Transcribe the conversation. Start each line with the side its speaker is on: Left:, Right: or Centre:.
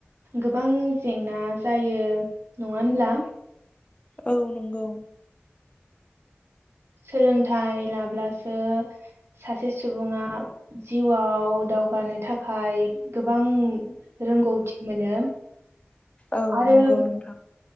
Right: गोबां जेंना जायो नङा होनब्ला?
Left: औ नंगौ
Right: सोलोंथाइ लाब्लासो सासे सुबुङा जिउआव दावगानो थाखाय गोबां रोंगौथि मोनो।
Left: औ
Right: आरो
Left: नंगौ नोंथां।